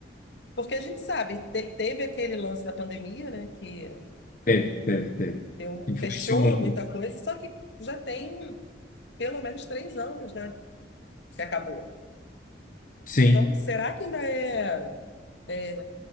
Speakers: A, on the left; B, on the left.
A: porque a gente sabe, te- teve aquele lance da pandemia, né, que
B: Teve, teve, teve.
A: deu-
B: Influenciou
A: fechou
B: muito.
A: muita coisa, só que já tem pelo menos três anos, né, que acabou.
B: Sim.
A: Então, será que ainda é, é